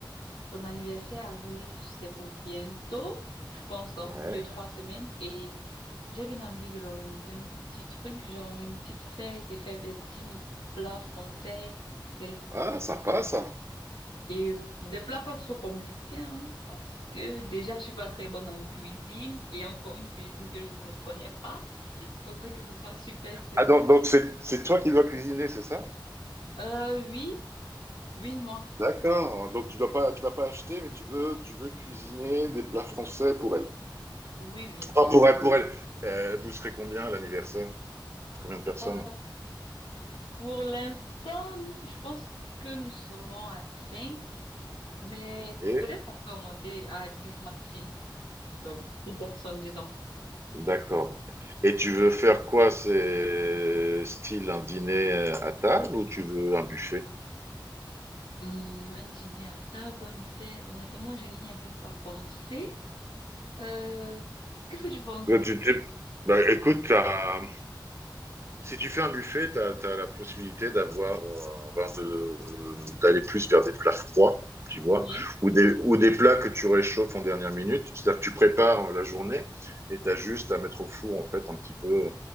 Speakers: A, on the left; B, on the right.
A: Son anniversaire arrive, c'est pour bientôt, je pense dans
B: Ouais.
A: deux, trois Ouais. semaines. Et j'ai bien envie de l'organiser un petit truc, genre une petite fête et faire des petits plats français qu'elle
B: Ah, sympa ça.
A: Et des plats pas trop compliqués, hein, parce que déjà, je suis pas très bonne en cuisine et encore une cuisine que je ne connais pas. Faudrait que ce soit super simple.
B: Ah, donc, donc c'est, c'est toi qui dois cuisiner, c'est ça
A: Euh, oui, oui, moi.
B: D'accord. Donc tu dois pas, tu vas pas acheter, mais tu veux, tu veux cuisiner des plats français pour elle.
A: Oui, oui.
B: Ah,
A: exact.
B: pour elle, pour elle. Euh, vous serez combien à l'anniversaire Combien de personnes
A: Euh, pour l'instant, je pense que nous serons à 5 mais
B: Et
A: peut-être on peut remonter à 10 maxi. Donc, 10 personnes, disons.
B: d'accord. Et tu veux faire quoi C'est style un dîner euh, à table ou tu veux un buffet
A: Hum, un dîner à table, un buffet, honnêtement, je n'y avais pas pensé. Euh, qu'est-ce que tu penses?
B: Euh, tu- tu- bah, Écoute, t'as- si tu fais un buffet, tu as, la possibilité d'avoir, euh, ben, de- d'aller plus vers des plats froids, tu vois,
A: Oui.
B: ou des, ou des plats que tu réchauffes en dernière minute. C'est-à-dire que tu prépares la journée et tu as juste à mettre au four, en fait, un petit peu